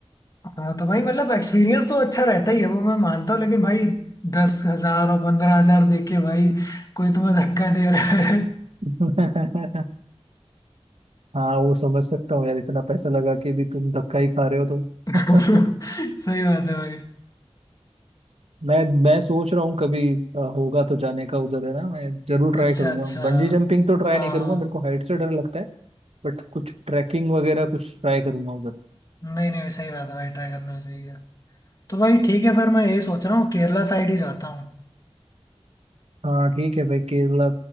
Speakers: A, on the left; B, on the right.
A: हाँ हाँ तो भाई मतलब एक्सपीरियंस तो अच्छा रहता ही है वो मैं मानता हूँ लेकिन भाई दस हजार और पंद्रह हजार दे के भाई कोई तुम्हें धक्का दे रहा है
B: <laughs> हाँ वो समझ सकता हूँ यार इतना पैसा लगा के भी तुम धक्का ही खा रहे हो तो
A: <laughs>
B: <laughs>
A: सही बात है भाई
B: मैं मैं सोच रहा हूँ कभी अ, होगा तो जाने का उधर है ना मैं जरूर ट्राई
A: अच्छा
B: करूंगा
A: अच्छा
B: बंजी जंपिंग तो ट्राई
A: हाँ
B: नहीं करूंगा मेरे को हाइट से डर लगता है बट कुछ ट्रैकिंग वगैरह कुछ ट्राई करूंगा उधर
A: नहीं नहीं सही बात है भाई ट्राई करना चाहिए तो भाई ठीक है फिर मैं यही सोच रहा हूँ केरला साइड ही जाता हूँ
B: हाँ ठीक है भाई केरला